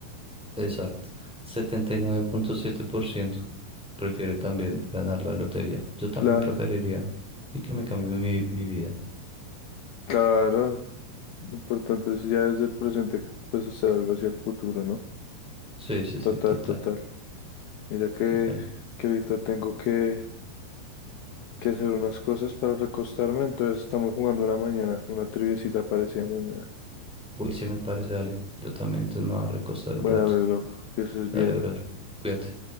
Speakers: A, in the centre; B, on the left (about 70°).
A: Exacto. setenta y nueve punto siete por ciento prefiere también ganar la lotería. Yo también
B: Claro,
A: preferiría y que me cambie mi, mi vida.
B: claro. Lo importante es ya desde el presente, pues hacer algo hacia el futuro, ¿no?
A: Sí, sí,
B: Total,
A: sí, total.
B: total. Mira que,
A: Dale.
B: que ahorita tengo que, que hacer unas cosas para recostarme, entonces estamos jugando una mañana, una triviecita parecida mañana.
A: Uy, sí me parece, dale. Yo también, entonces me voy a recostar
B: Bueno,
A: un rato.
B: mi bro, que estés bien.
A: Dale, brother. Cuídate.